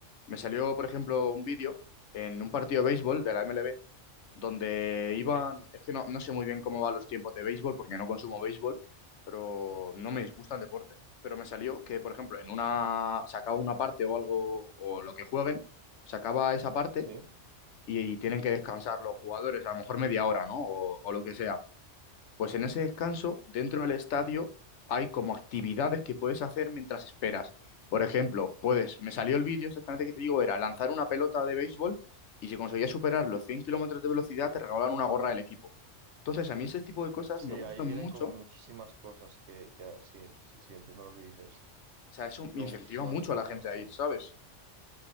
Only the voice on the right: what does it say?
Sí,
sí.
Sí,
ahí tienen
como
muchísimas cosas que, que sí, sí, sí, entiendo lo que dices.
Y
como
muchísimas
cosas,
sí.